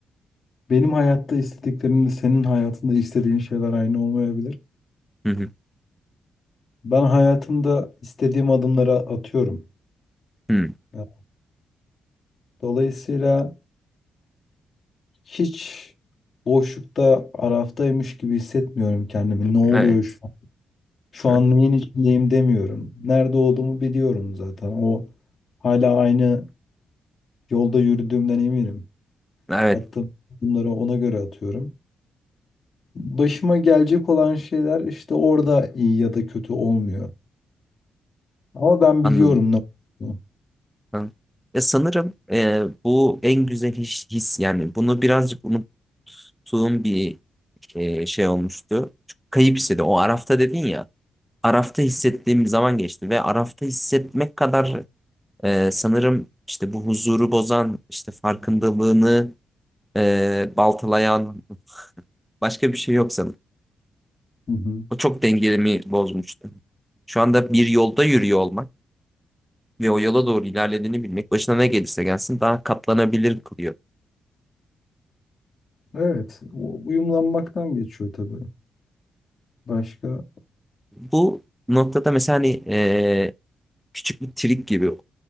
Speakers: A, on the left; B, in the centre.
A: Benim hayatta istediklerimle senin hayatında istediğin şeyler aynı olmayabilir.
B: Hı hı.
A: Ben hayatımda istediğim adımları atıyorum.
B: Hı.
A: Ya, Dolayısıyla hiç boşlukta, araftaymış gibi hissetmiyorum kendimi. Ne oluyor
B: Evet.
A: şu an? Şu
B: <laughs>
A: an neyin içindeyim demiyorum. Nerede olduğumu biliyorum zaten. O hala aynı yolda yürüdüğümden eminim.
B: Evet.
A: Attığım adımları ona göre atıyorum. Başıma gelecek olan şeyler işte orada iyi ya da kötü olmuyor. Ama ben
B: Anladım.
A: biliyorum ne olduğunu.
B: Hı. Ya sanırım eee, bu en güzel his, his. Yani bunu birazcık unuttuğum bir eee, şey olmuştu. Çok kayıp hissedim. O Araf'ta dedin ya. Araf'ta hissettiğim zaman geçti ve Araf'ta hissetmek kadar Ee, sanırım işte bu huzuru bozan, işte farkındalığını e, baltalayan başka bir şey yok sanırım.
A: Hı hı.
B: O çok dengelemi bozmuştu. Şu anda bir yolda yürüyor olmak ve o yola doğru ilerlediğini bilmek başına ne gelirse gelsin daha katlanabilir kılıyor.
A: Evet, u- uyumlanmaktan geçiyor tabii. Başka? Hı
B: Bu noktada mesela hani e, küçük bir trik gibi